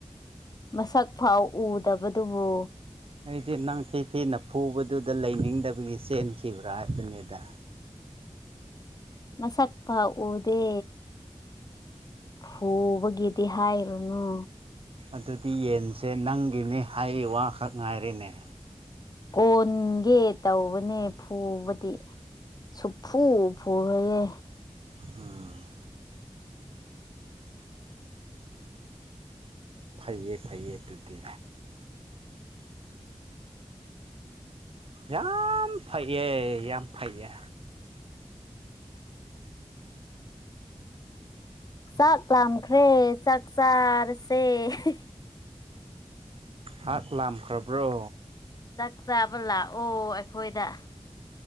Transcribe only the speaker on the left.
ꯃꯁꯛ ꯐꯥꯎ ꯎꯗꯕꯗꯨꯕꯨ
ꯃꯁꯛ ꯐꯥꯛ ꯎꯗꯦ ꯍꯨꯕꯒꯤꯗꯤ ꯍꯥꯏꯔꯨꯅꯨ
ꯑꯣꯟꯒꯦ ꯇꯧꯕꯅꯦ ꯐꯨꯕꯗꯤ ꯁꯨꯛꯐꯨ ꯐꯨꯔꯣꯏꯌꯦ
ꯆꯥꯛ ꯂꯥꯝꯈ꯭ꯔꯦ ꯆꯥꯛ ꯆꯥꯔꯁꯦ ꯍ‌ꯦ ꯍ‌ꯦ
ꯥꯆꯥꯕ ꯂꯥꯛꯑꯣ ꯑꯩꯈꯣꯏꯗ